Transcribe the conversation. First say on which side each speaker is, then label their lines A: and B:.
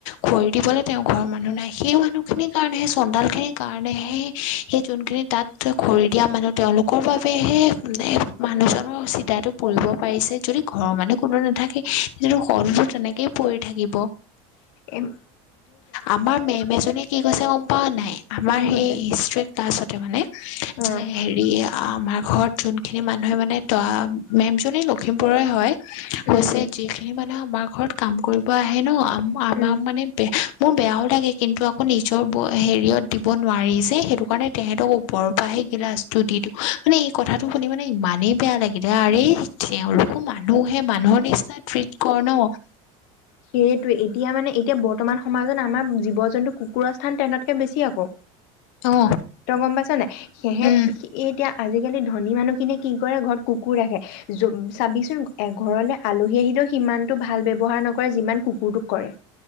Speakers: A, on the left; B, on the left.
A: খৰি দিবলৈ তেওঁ ঘৰৰ মানুহ নাই সেই মানুহখিনিৰ কাৰণে সেই চন্দালখিনিৰ কাৰণেহে সেই যোনখিনি তাত খৰি দিয়া মানুহ তেওঁলোকৰ বাবেহে মানুহজনৰ চিতাটো পুৰিব পাৰিছে যদি ঘৰৰ মানুহ কোনো নাথাকে সৰনো। তেনেকেই পৰি থাকিব।
B: এম
A: আমাৰ মেম এজনীয়ে কি কৈছে গম পাৱ নাই আমাৰ
B: কি
A: সেই
B: কৈছে
A: হিষ্ট ক্লাছতে মানে
B: অ
A: যে হেৰি। আমাৰ ঘৰত যোনখিনি মানুহে মানে ত মেমজনী লখিমপুৰৰে হয়।
B: উম
A: কৈছে
B: উম
A: যিখিনি মানুহে আমাক। ঘৰত কাম কৰিব আহে ন। আমাৰ
B: উম
A: মানে। মোৰ বেয়াও লাগে কিন্তু আকৌ নিজৰ হেৰিয়ত দিব নোৱাৰি যে সেইটো কাৰণে তেহেতক ওপৰৰ পৰা সেই গিলাচটো দি দিওঁ মানে এই কথাটো শুনি মানে ইমানেই বেয়া লাগিলে আৰে তেওঁলোকো মানুহহে মানুহৰ নিচিনা ট্ৰিট কৰ ন।
B: সেইটোৱে এতিয়া মানে এতিয়া বৰ্তমান সমাজত আমাৰ জীৱ জন্তু কুকুৰ স্থান তেহেতকে বেছি আকৌ।
A: অ
B: তই গম পাইছ নাই সিহেতি
A: উম
B: এতিয়া। আজিকালি ধনী মানুহখিনিয়ে কি কৰে ঘৰত কুকুৰ ৰাখে চাবিচোন ঘৰলৈ আলহী আহিলেও সিমানতটো ভাল ব্যৱহাৰ নকৰে। নকৰে যিমান কুকুৰটোক কৰে